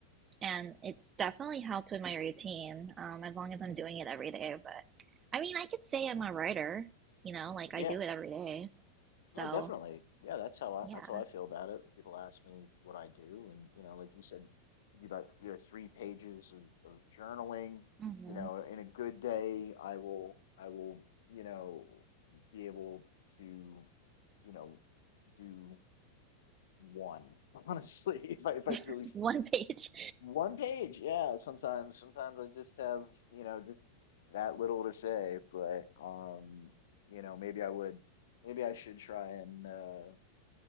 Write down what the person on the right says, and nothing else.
and it's definitely helped with my routine, um, as long as I'm doing it every day. But I mean, I could say I'm a writer, you know, like
I do it every day. So.
Yeah.
hmm
<laughs> One page.